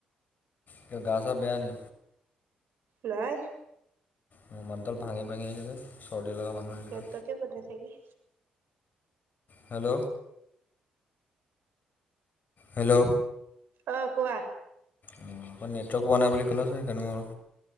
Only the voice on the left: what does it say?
কিয় গা ছা বেয়া নি
মোৰ মাতডাল ভাঙি ভাঙি আহিছে যে চৰ্দি লগা মানুহ নিচিনা
হেল্ল হেল্ল
অহ, নেটৱৰ্ক পোৱা নাই বুলি কলত হে সেইকাৰণে মোৰ